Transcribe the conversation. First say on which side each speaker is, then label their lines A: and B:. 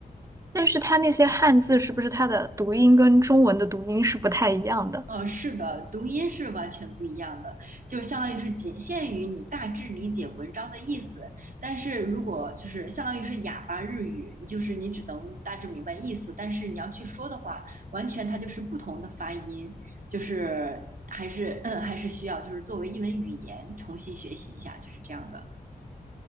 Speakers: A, on the right; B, on the right.
A: 但是它那些汉字是不是它的读音跟中文的读音是不太一样的？
B: 呃，是的，读音是完全不一样的，就是相当于是仅限于你大致理解文章的意思。但是如果就是相当于是哑巴日语，就是你只能大致明白意思，但是你要去说的话，完全它就是不同的发音，就是还是嗯还是需要就是作为一门语言重新学习一下，就是这样的。